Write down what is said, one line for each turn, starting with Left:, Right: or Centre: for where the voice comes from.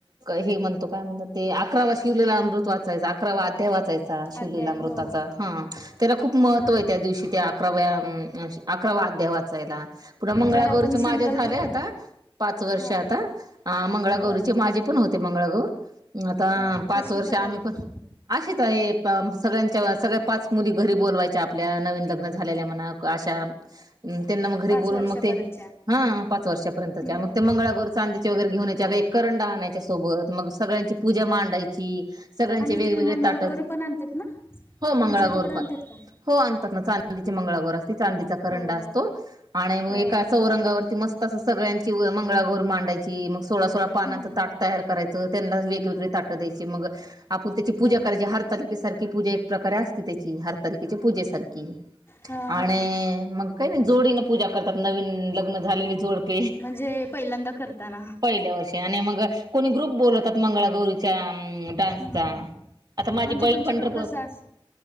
Right: हे. म्हणतो काय म्हणतात ते? अकरावा शिवलीला अमृत वाचायचं. अकरावा अध्याय वाचायचा. चा. शिवलीला
Left: अध्याय
Right: अमृताचा.
Left: हो
Right: हा. त्याला खूप महत्त्वय,
Left: हा
Right: त्या दिवशी. त्या अकराव्या- अकरावा अध्याय वाचायला. पुन्हा मंगळागौरीचे,
Left: जर आपण
Right: माझे
Left: संकल्प
Right: झालेय आता
Left: कर
Right: पाच वर्ष
Left: हा
Right: आता, आ मंगळागौरीचे.
Left: बर
Right: माझे पण होते, मंगळागौर. आता
Left: हा
Right: आ पाच
Left: कशी
Right: वर्ष
Left: पद्धत
Right: आम्ही
Left: होती
Right: पण असेच आहे. पा सगळ्यांच्या- सगळ्या पाच मुली घरी बोलवायच्या, आपल्या. नवीन लग्न झालेल्या म्हणां अशा. त्यांना मग घरी
Left: पाच
Right: बोलून
Left: वर्षापर्यंतच्या
Right: मग ते, हा. पाच वर्षापर्यंतच्या.
Left: हम्म
Right: मग ते मंगळागौर चांदीचे वगैरे घेऊण यायची. अगर, एक करंडा आणायच्या सोबत. मग सगळ्यांची पूजा मांडायची. सगळ्यांचे
Left: आणि
Right: वेगवेगळे
Left: ते मंगळागौर
Right: ताट.
Left: पण आणतात ना
Right: हो मंगळागौर
Left: तुमच्या तिकडे आणतात
Right: पण.
Left: का
Right: हो आणतात ना. चांदीचे मंगळागोर असती. चांदीचा करंडा
Left: हो हो
Right: असतो. आणि मग
Left: हो
Right: एका चौरंगावरती मस्त असं, सगळ्यांची मंगळागोर मांडाय ची. मग सोळा - सोळा पानांच,
Left: हम्म
Right: ताट तयार करायचं. त्यांना वेगवेगळी ताटं द्यायची. मग आपूण त्याची पूजा
Left: हा
Right: करायची. हरतालिकेसारखी पूजा प्रकारे असते त्याची. हरतालिकेच्या पूजेसारखी.
Left: हा
Right: आणि
Left: हा
Right: मग काही नाही. जोडीन पूजा करतात. नवीन लग्न झालेली जोडपे.
Left: म्हणजे, पहिल्यांदा करताना.
Right: पहिल्या वर्षी. आणि मग कोणी ग्रुप बोलवतात. मंगळागौरी च्या डान्सचा.
Left: हम्म
Right: आता माझी
Left: म्हणजे
Right: बहीण
Left: तुमच्याकडे
Right: पंढरपूर
Left: कसं अस